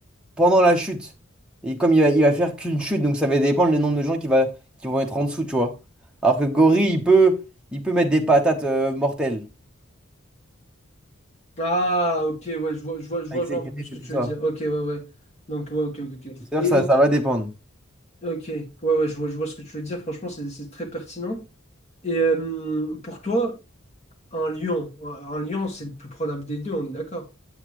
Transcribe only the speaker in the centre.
pendant la chute. Et comme il va, il va faire qu'une chute, donc ça va dépendre le nombre de gens qui, va, qui vont être en dessous, tu vois. Alors que Gorille, il peut, il peut mettre des patates euh, mortelles.
Avec
ses
griffes
et tout
ça.
C'est-à-dire
que ça,
ça va dépendre.